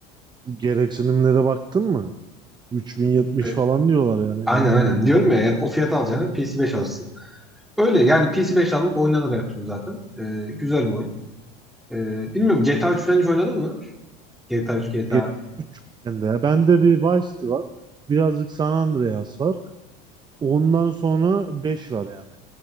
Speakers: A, on the right; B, in the centre.
A: <laughs> Gereksinimlere baktın mı? 3070
B: E,
A: falan diyorlar yani
B: Aynen
A: en minimum.
B: aynen. Diyorum ya yani o fiyata alacağını PC5 alırsın. Öyle yani PC5 alınıp oynanır her türlü zaten. E, güzel bir oyun. E, bilmiyorum GTA 3 falan hiç oynadın mı? GTA 3, GTA
A: GTA 3 yok bende ya. Bende bir Vice City var. Birazcık San Andreas var. Ondan sonra 5 var yani.